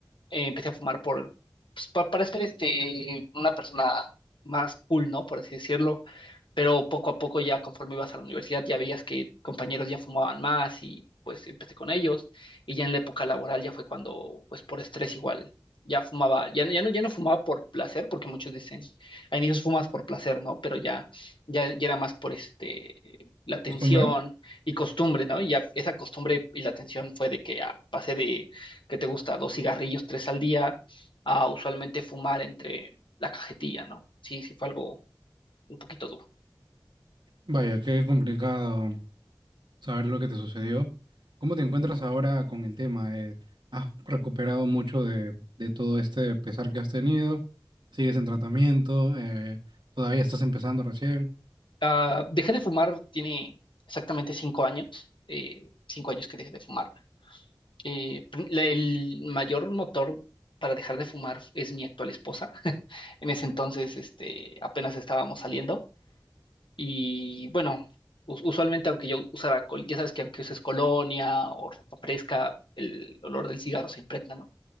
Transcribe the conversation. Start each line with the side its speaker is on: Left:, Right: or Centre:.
Left: eh, empecé a fumar por, pues, pa- para ser este, una persona más cool, ¿no? Por así decirlo. Pero poco a poco ya conforme ibas a la universidad ya veías que compañeros ya fumaban más y pues empecé con ellos. Y ya en la época laboral ya fue cuando, pues por estrés igual, ya fumaba, ya, ya no, ya no fumaba por placer, porque muchos dicen, a inicios fumas por placer, ¿no? Pero ya, ya, ya era más por este, la tensión
Right: costumbre.
Left: y costumbre, ¿no? Y ya esa costumbre y la tensión fue de que ah, pasé de ¿qué te gusta? Dos cigarrillos, tres al día, a usualmente fumar entre la cajetilla, ¿no? Sí, sí fue algo un poquito duro.
Right: Vaya, qué complicado saber lo que te sucedió. ¿Cómo te encuentras ahora con el tema? Eh, ¿has recuperado mucho de, de todo este pesar que has tenido? ¿Sigues en tratamiento? Eh, ¿todavía estás empezando recién?
Left: Ah, dejé de fumar, tiene exactamente cinco años, eh, cinco años que dejé de fumar. Eh, pr- la- el mayor motor para dejar de fumar es mi actual esposa. <laughs> En ese entonces, este, apenas estábamos saliendo y bueno, us- usualmente aunque yo usara, col- ya sabes que aunque uses colonia o ropa fresca, el olor del cigarro se impregna, ¿no?